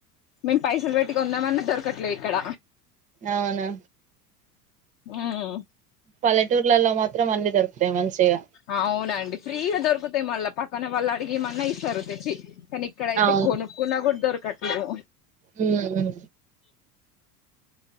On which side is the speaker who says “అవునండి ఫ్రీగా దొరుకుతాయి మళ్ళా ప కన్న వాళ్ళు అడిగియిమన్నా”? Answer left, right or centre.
Left